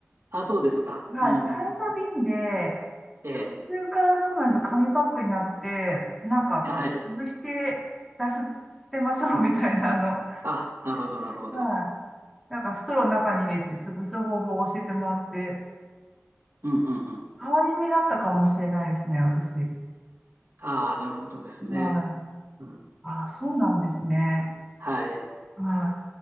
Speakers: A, on the right; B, in the centre.
A: あ、そうですか。
B: はい、
A: うんうんうん、
B: 最初瓶で、
A: え
B: 途中からそうなんですよ、紙パックになって、なんかこう、
A: え。はい。
B: 潰して、出し、捨てましょうみたいな、あの、
A: あ、なるほど、なるほど。
B: はい。なんかストローの中に入れて潰す方法を教えてもらって、
A: うんうんうん。
B: 変わり目だったかもしれないですね、私。
A: ああ、なるほどですね。
B: はい。
A: うん。
B: ああ、そうなんですね。
A: はい。
B: は